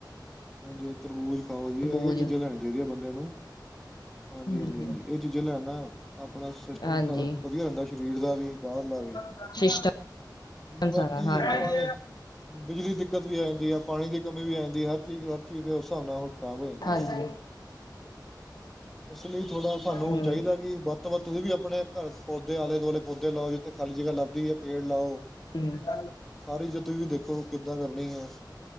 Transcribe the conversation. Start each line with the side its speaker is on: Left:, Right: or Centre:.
Centre: ਹਾਂਜੀ ਤਰਬੂਜ ਖਾਓ ਜੀ
Left: ਤਰਬੂਜ
Centre: ਇਹ ਚੀਜ਼ਾਂ ਲੈਣੀਆਂ ਚਾਹੀਦੀਆਂ ਬੰਦਿਆਂ ਨੂੰ ਹਾਂਜੀ
Left: ਹੂੰ
Centre: ਹਾਂਜੀ ਹਾਂਜੀ ਇਹ ਚੀਜ਼ਾਂ ਲਿਆਉਨ ਨਾਲ ਆਪਣਾ ਸਿਸਟਮ
Left: ਹਾਂਜੀ
Centre: ਸਾਰਾ ਵਧੀਆ ਰਹਿੰਦਾ ਸਰੀਰ ਦਾ ਵੀ ਬਾਹਰਲਾ ਵੀ
Left: <unintelligible>
Centre: ਬਾਕੀ
Left: ਸਾਰਾ ਹਾਂਜੀ,
Centre: ਪਾਣੀ ਬਿਜਲੀ ਦਿੱਕਤ ਵੀ ਆ ਜਾਂਦੀ ਆ ਪਾਣੀ ਦੀ ਕਮੀ ਵੀ ਆ ਜਾਂਦੀ ਐ, ਹਰ ਚੀਜ਼ ਹਰ ਚੀਜ਼ ਫਿਰ ਓਸ ਸਾਬ ਨਾਲ ਖਰਾਬ ਹੋ ਜਾਂਦੀ
Left: ਹਾਂਜੀ-ਹਾਂਜੀ
Centre: ਐ, ਇਸ ਲਈ ਥੋੜਾ ਸਾਨੂੰ
Left: ਹੂੰ-ਹੂੰ,
Centre: ਹੁਣ ਚਾਹੀਦਾ ਕਿ ਵਾ ਇਸ ਤੋ ਬਾਅਦ ਤੁਸੀ ਵੀ ਅਪਣੇ ਘਰ ਪੌਦੇ ਆਲੇ-ਦੁਆਲੇ ਪੌਦੇ ਲਾਓ। ਜਿੱਥੇ ਖਾਲੀ ਜਗਾ ਲਭਦੀ ਐ ਪੇੜ ਲਾਓ।
Left: ਹੂੰ। <inaudible>
Centre: ਸਾਰੀ ਜਿਹੀ ਤੁਸੀ ਵੀ ਦੇਖੋ ਕਿੱਦਾਂ ਕਰਨੀ ਐ,